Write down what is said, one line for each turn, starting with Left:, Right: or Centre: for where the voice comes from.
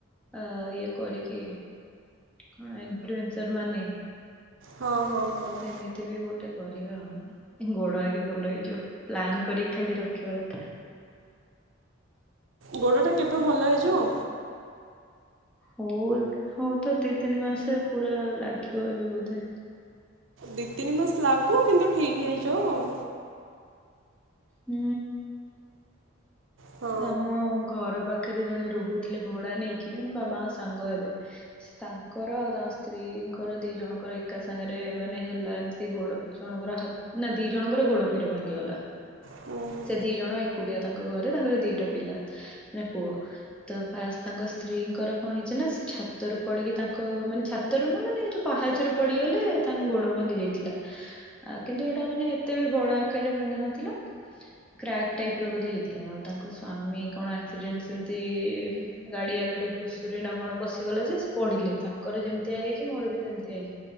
Centre: ଅ ଇଏ କରିକି, କଣ ଇନଫ୍ଲୁଏନ୍ସର ମାନେ
Right: ହଁ, ହଁ, ହଁ।
Centre: ସେମିତି ବି ଗୋଟେ କରିବା ଆଉ ଗୋଡ ଆଗେ ଭଲ ହେଇଯାଉ। ପ୍ଲାନ୍ କରିକି ଖାଲି ରଖିବା କଥା।
Right: ଗୋଡଟା କେବେ ଭଲ ହେଇଯିବ?
Centre: ହଉ ହଉ ତ ଦି ତିନି ମାସେ ପୁରା ଲାଗିବ ଏବେ ବୋଧେ।
Right: ଦି ତିନି ମାସ ଲାଗୁ କିନ୍ତୁ ଠିକ ହେଇ ଯାଉ ଆଉ।
Centre: ହୁଁ।
Right: ହଁ।
Centre: ଆମ ଘର ପାଖରେ ଜଣେ ରହୁଥିଲେ ଭଡା ନେଇକି। ମୋ ବାବାଙ୍କ ସାଙ୍ଗ ହେବେ ତାଙ୍କର ଆଉ ତାଙ୍କ ସ୍ତ୍ରୀଙ୍କର ଦି ଜଣଙ୍କର ଏକା ସାଙ୍ଗରେ ମାନେ ହେଲା ଏମିତି ଗୋଡ ଜଣଙ୍କର ହାତ ନା ଦି ଜଣଙ୍କର ଗୋଡ ପୁରା ଭାଙ୍ଗିଗଲା।
Right: ହୁଁ ହୁଁ।
Centre: ସେ ଦି ଜଣ ଏକୁଟିଆ ତାଙ୍କ ଘରେ। ତାଙ୍କର ଦିଟା ପିଲା ମାନେ ପୁଅ ତ ଫାଷ୍ଟ ତାଙ୍କ ସ୍ତ୍ରୀଙ୍କର କଣ ହେଇଚି ନା ସେ ଛାତରୁ ପଡିକି ତାଙ୍କ ମାନେ ଛା ଛାତରୁ ନୁହୁଁ ମାନେ ଯୋଉ ପାହାଚରୁ ପଡିଗଲେ ତାଙ୍କୁ ଗୋଡ ଭାଙ୍ଗି ଯାଇଥିଲା। ଆ କିନ୍ତୁ ଏଇଟା ମାନେ ଏତେ ବି ବଡ ଆକାରରେ ଭାଙ୍ଗିିନଥିଲା। କ୍ରାକ୍ ଟାଇପ ର ବୋଧେ ହେଇଥିଲା। ଆଉ ତାଙ୍କ ସ୍ଵାମୀ କଣ ଆକ୍ସିଡେଣ୍ଟ ସେମତି ଗାଡି ଆଗରେ ଘୁଷୁର ନା କଣ ପଶିଗଲା ଯେ ସେ ପଡିଲେ। ତାଙ୍କର ଯେମିତିଆ ହେଇଚି ମୋର ବି ସେମିତି ହେଇଚି।